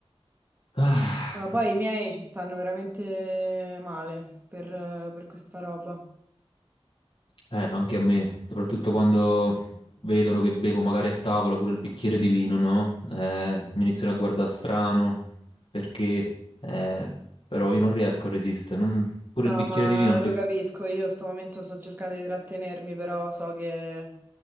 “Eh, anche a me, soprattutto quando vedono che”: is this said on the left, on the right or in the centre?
Left